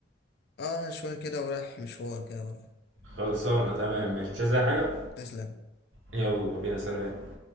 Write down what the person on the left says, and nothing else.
اه شويه كده ورايح مشوار كده ورايح
تسلم